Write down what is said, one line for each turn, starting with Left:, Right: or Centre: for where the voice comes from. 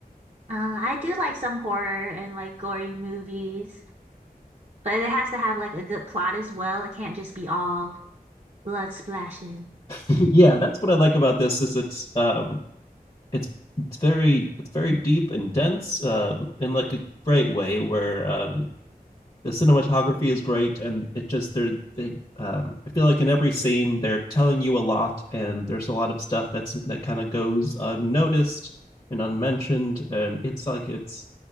Right: Uh, I do like some horror and like gory movies, but it has to have like a good plot as well. It can't just be all blood splashing.
Left: <laughs> Yeah, that's what I like about this is it's um it's it's very it's very deep and dense um, in like a great way where um, the cinematography is great and it just there it um, I feel like in every scene they're telling you a lot and there's a lot of stuff that's that kind of goes unnoticed and unmentioned and it's like it's